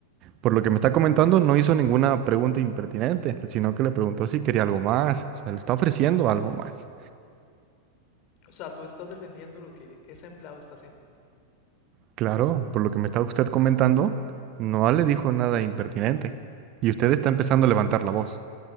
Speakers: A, on the right; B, on the left.
A: Por lo que me está comentando, no hizo ninguna pregunta impertinente, sino que le preguntó si quería algo más. O sea, le está ofreciendo algo más.
B: o sea, tú estás defendiendo lo que ese empleado está haciendo.
A: Claro, por lo que me está usted comentando, no le dijo nada impertinente. Y usted está empezando a levantar la voz.